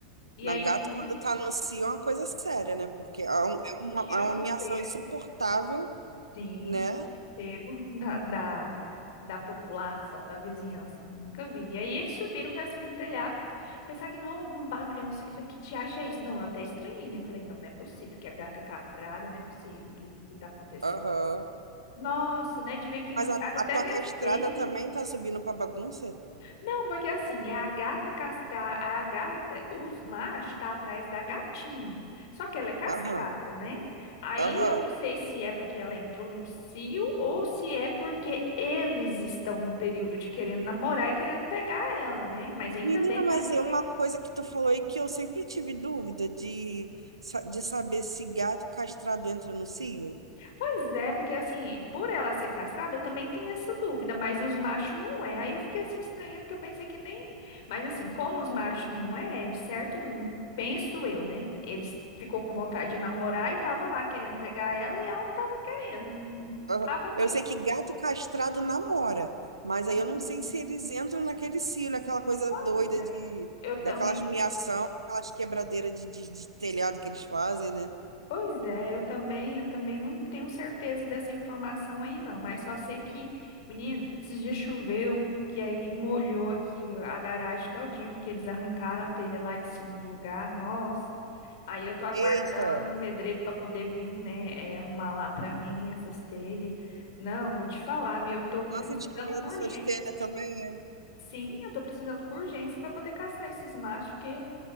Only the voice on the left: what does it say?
E
aí,
nisso.
Tira
o sossego.
Sim,
de pego <laughs> da, da, da população, da vizinhança. Nunca vi. E aí eles subiram pra cima do telhado. Pensar que não ouvi um barulhão. assim, Ele falou, que diacho é isso? Não, eu até estranhei. né? Eu falei, não, não é possível que a gata é castrada, não é possível que, que tá acontecendo.
Nossa, né? De ver que arrancaram
até
minhas
telhas.
Não, porque assim, é a gata castrada, a gata, os machos tá atrás da gatinha. Só que ela é castrada,
né? Aí
eu não sei se é porque ela entrou no cio ou se é porque eles estão no período de querendo namorar e querendo pegar ela, né? Mas ainda
bem que
a fêmea
Pois é, porque assim, por ela ser castrada, eu também tenho essa dúvida, mas os machos não é. Aí eu fiquei assim estranhando, porque eu pensei que nem. Mas assim, como os machos não é, de certo, hum, penso eu, né? Eles ficou com vontade de namorar e tava lá querendo pegar ela e ela não tava querendo. Não
tava afim,
não.
Uhum.
Pois
é,
eu também.
Pois é, eu também, eu também não tenho certeza dessa informação aí não, mas só sei que, menina, esses dias choveu, que aí molhou aqui a garagem todinha, porque eles arrancaram a telha lá de cima do lugar. Nossa. Aí eu tô aguardando
um pedreiro para poder vir, né, é, arrumar lá para mim essas telhas. Não, vou te falar, viu? Eu tô precisando
com urgência.
Sim, eu tô precisando com urgência para poder caçar esses machos, porque